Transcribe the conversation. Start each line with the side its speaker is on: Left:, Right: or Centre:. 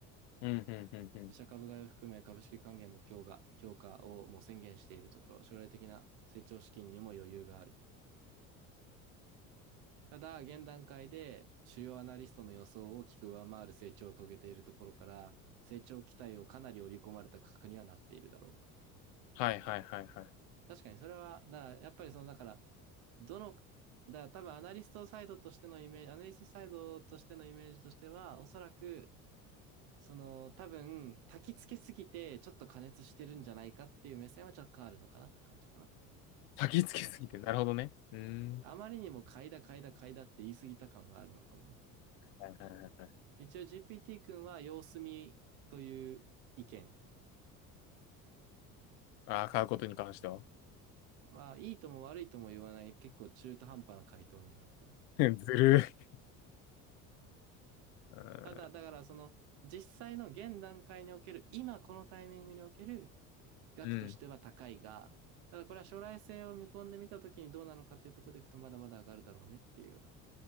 Left: うん、うん、うん、うん。
Right: 自社株買いを含め株式還元も強化、強化をもう宣言しているところ、将来的な成長資金にも余裕がある。ただ、現段階で主要アナリストの予想を大きく上回る成長を遂げているところから、成長期待をかなり織り込まれた価格にはなっているだろうと。
Left: はい、はい、はい、はい。
Right: 確かにそれは、だやっぱりその、だから、どの、だ多分アナリストサイドとしてのイメージ、アナリストサイドとしてのイメージとしては、おそらく、その、多分、焚き付けすぎて、ちょっと過熱してるんじゃないかっていう目線は若干あるのかなって感じかな。
Left: 先つけすぎて、なるほどね。うーん。
Right: あまりにも買いだ買いだ買いだって言い過ぎた感があるのかもね。
Left: はい、はい、はいはい。
Right: 一応 GPT 君は様子見という意見
Left: ああ、買うことに関しては。
Right: は、いいとも悪いとも言わない、結構中途半端な回答にはなってる。
Left: <laughs> ずるい。うん。
Right: ただ、だからその実際の現段階における、今このタイミングにおける額としては高いが、
Left: うん
Right: ただこれは将来性を見込んでみたときにどうなのかっていうところでいくとまだまだ上がるだろうねっていうような。